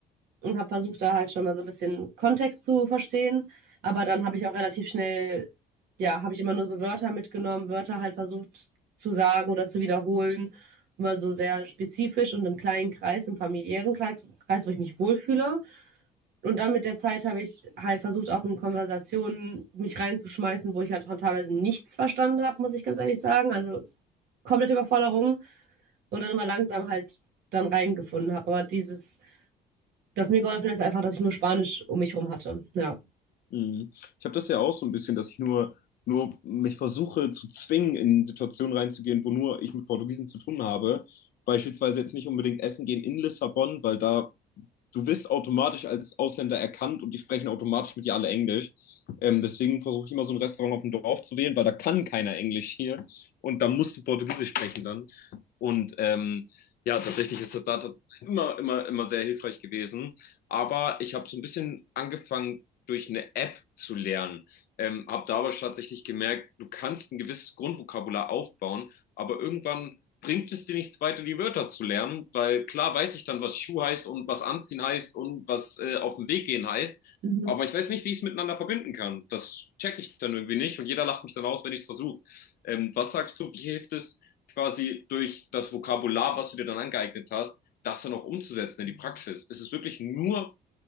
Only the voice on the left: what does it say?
Mhm. Ich habe das ja auch so ein bisschen, dass ich nur, nur mich versuche zu zwingen, in Situationen reinzugehen, wo nur ich mit Portugiesen zu tun habe. Beispielsweise jetzt nicht unbedingt essen gehen in Lissabon, weil da du wirst automatisch als Ausländer erkannt und die sprechen automatisch mit dir alle Englisch. Ähm, deswegen versuche ich immer so ein Restaurant auf dem Dorf zu wählen, weil da kann keiner Englisch hier und da musst du Portugiesisch sprechen dann. Und ähm, ja, tatsächlich ist das da immer, immer, immer sehr hilfreich gewesen. Aber ich habe so ein bisschen angefangen, durch eine App zu lernen. Ähm, habe da aber tatsächlich gemerkt, du kannst ein gewisses Grundvokabular aufbauen, aber irgendwann bringt es dir nichts weiter, die Wörter zu lernen, weil klar weiß ich dann, was Schuh heißt und was anziehen heißt und was äh, auf den Weg gehen heißt,
aber ich weiß nicht, wie ich es miteinander verbinden kann. Das checke ich dann irgendwie nicht und jeder lacht mich dann aus, wenn ich es versuche. Ähm, was sagst du, wie hilft es quasi durch das Vokabular, was du dir dann angeeignet hast, das dann auch umzusetzen in die Praxis? Ist es wirklich nur